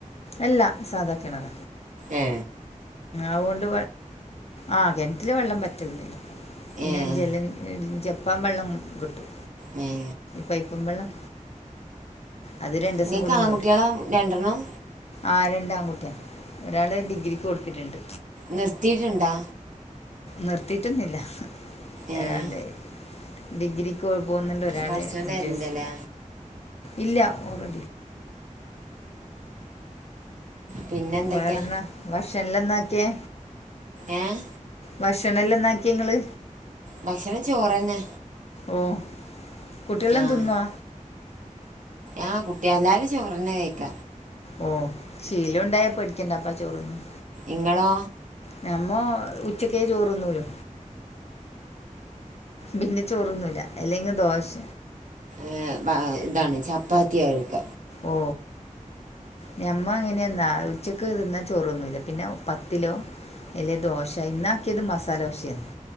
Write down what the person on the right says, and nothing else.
ഏ
ഏഹ്
ഉം
ഇങ്ങക്ക്
ആൺകുട്ടികളാ
രണ്ടെണ്ണം
നിർത്തിയിട്ടുണ്ടോ
ഏഹ്
പടച്ചോൻ
തരണ്ടല്ലേ
പിന്നെ എന്തൊക്കെയാ
ഏഹ്
ഭക്ഷണം ചോറ്ന്നെ.
ആഹ്
ആഹ് കുട്ടിയ എല്ലാരും ചോറിന്നെ കഴിക്ക.
ഇങ്ങളോ
ഏ ഇതാണ് ചപ്പാത്തിയ കഴിക്ക